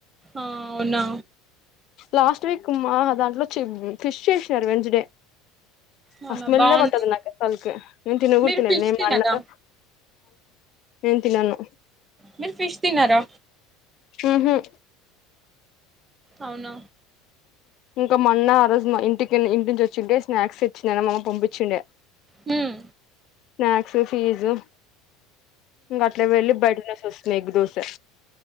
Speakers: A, on the right; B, on the left.
A: ఆ అవునా
B: లాస్ట్ వీక్ మా దాంట్లో <unintelligible> ఫిష్ చేసినారు వెంచ్డే
A: అవునా
B: ఆ స్మెల్
A: బాగుంది
B: ఏ పట్టదు నాకసల్కి నేను తిననుగున
A: మీరు
B: తినను
A: ఫిష్ తినరా
B: అ అన్నతో నేను తినను
A: మీరు ఫిష్ తినరా
B: మ్మ్ హ్మ్
A: అవును
B: ఇంకా మా అన్న ఆ రోజు మా ఇంటికి ఇంటి నుంచి వచ్చింటె స్నాక్స్ తెచ్చినాడా మా అమ్మ పంపించిండే
A: మ్మ్
B: స్నాక్స్ ఫీజు ఇంక అట్లే వెళ్లి బయట తినేసి వస్తి నెగ్ దోస